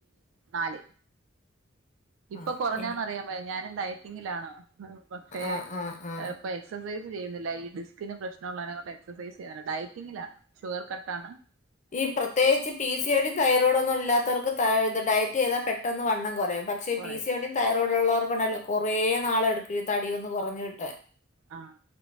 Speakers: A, on the right; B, on the left.
A: നാല് ഇപ്പൊ
B: ആ
A: കുറഞ്ഞാന്ന്
B: എനി
A: അറിയാൻ വയ്യ ഞാനെ ടയറ്റ് എങ്കിലാണോ ആ പക്ഷെ
B: ആ ആ ആ
A: പ്പോ എക്സർസൈസ് ചെയ്യുന്നില്ല ഈ ഡിസ്കിന് പ്രശ്നംള്ളെ എക്സൈസ് ഡയറ്റിങ്ങിലാണ്ണ് ഷുഗർ കട്ട് ആണ്
B: ഈ പ്രത്യേകിച്ച് P C O D thyroid ഒന്നും ഇല്ലാത്തവർക്ക് ഡയറ്റ് ചെയതാ പെട്ടെന്ന് വണ്ണം കൊറയും പക്ഷേ
A: കുറയും
B: പി സി ഓ ടി തയാറോടുള്ളവർ ഇപ്പണ്ടല്ലൊ കൊറേ നാള എടുക്ക് ഈ തടിയൊന്ന് കൊറഞ്ഞിട്ട്
A: ആഹ്